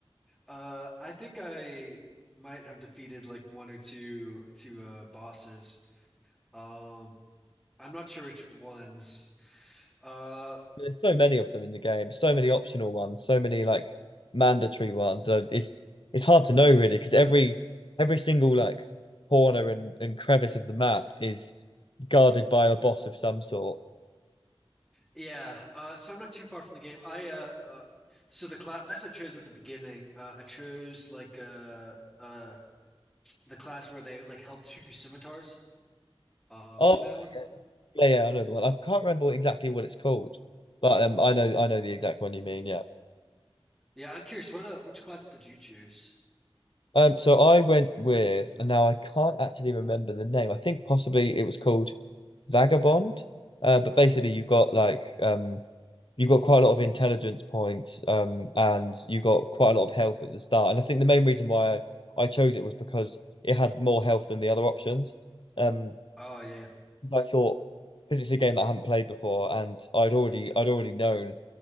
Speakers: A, in the centre; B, on the left.
A: uh I think I might have defeated like one or two two uh bosses. Um I'm not sure which ones. Uh
B: There's so many of them in the game, so many optional ones, so many like mandatory ones. Uh, it's it's hard to know really because every every single like corner and, and crevice of the map is guarded by a boss of some sort.
A: Yeah, uh, so I'm not too far from the game. I uh, uh so the class I chose at the beginning, uh, I chose like uh uh the class where they like held two scimitars. Um,
B: Oh,
A: do
B: okay,
A: you know that one?
B: yeah, yeah, yeah, I know the one. I can't remember exactly what it's called, but um, I know I know the exact one you mean. Yeah.
A: Yeah, I'm curious. What uh, which class did you choose?
B: Um, so I went with, and now I can't actually remember the name. I think possibly it was called Vagabond. Uh, but basically,
A: Hmm.
B: you got like um, you got quite a lot of intelligence points, um, and you got quite a lot of health at the start. And I think the main reason why I, I chose it was because it had more health than the other options. Um,
A: Oh yeah, yeah.
B: I thought because it's a game that I have not played before, and I'd already I'd already known